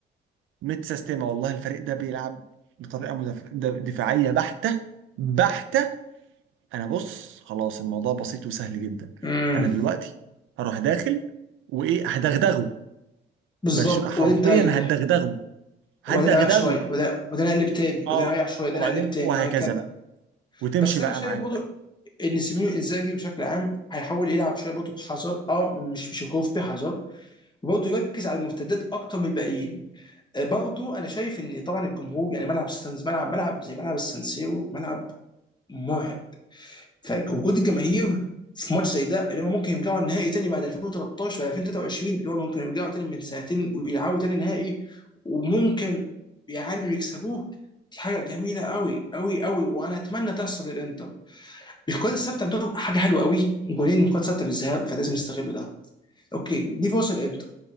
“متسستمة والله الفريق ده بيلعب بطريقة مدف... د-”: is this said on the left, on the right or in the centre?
Right